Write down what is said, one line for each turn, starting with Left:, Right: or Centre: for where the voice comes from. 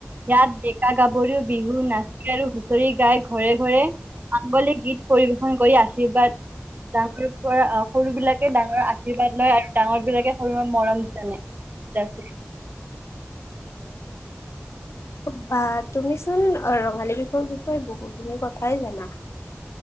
Right: ইয়াত ডেকা গাভৰু বিহু নাচি আৰু হুঁচৰি গাই ঘৰে, ঘৰে মাংগলিক গীত পৰিবেশন কৰি আশীৰ্বাদ ডাঙৰ পৰা সৰু বিলাকে ডাঙৰ আশীৰ্বাদ লয়, আৰু ডাঙৰ বিলাকে সৰুৰ মৰম জানে। <unintelligible>
Left: বা তুমিচোন ৰঙালী বিহুৰ বিষয়ে বহুখিনি কথাই জানা।